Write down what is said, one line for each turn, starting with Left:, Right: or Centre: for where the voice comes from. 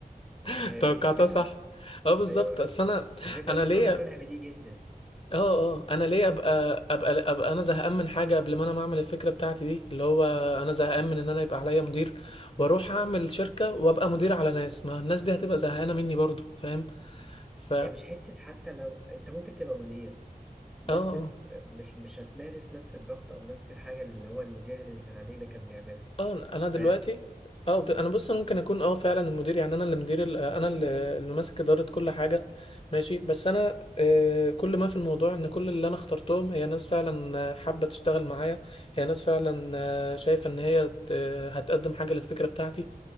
Left: <laughs>
Centre: هي
Left: توقعتها
Centre: دي الفكرة؟
Left: صح اه بالظبط
Centre: أيوه
Left: اصل انا
Centre: الفكرة
Left: انا
Centre: أصل
Left: ليا
Centre: أنا مقتنع بدي جدا
Left: اه اه انا ليه ابقى ابقى ابقى انا زهقان من حاجه قبل ما انا ما اعمل الفكره بتاعتي دي اللي هو انا زهقان من ان انا يبقى عليا مدير واروح اعمل شركه وابقى مدير على ناس ما الناس دي هتبقى زهقانه مني برضو فاهم
Centre: بص،
Left: ف اه
Centre: هي مش حتة حتى لو أنت ممكن تبقى مدير بس
Left: آه.
Centre: في مش مش هتمارس نفس الضغط أو نفس الحاجة اللي هو المدير اللي كان عليك ده كان بيعملها
Left: اه انا دلوقتي
Centre: فاهم؟
Left: اه ب- انا بص انا ممكن اكون اه فعلا المدير يعني انا اللي مدير ال- انا اللي اللي ماسك اداره كل حاجه ماشي بس انا آه، كل ما في الموضوع ان كل اللي انا اخترتهم هي ناس فعلا آه، حابه تشتغل معايا هي ناس فعلا آه، شايفه ان هي ت- هتقدم حاجه للفكره بتاعتي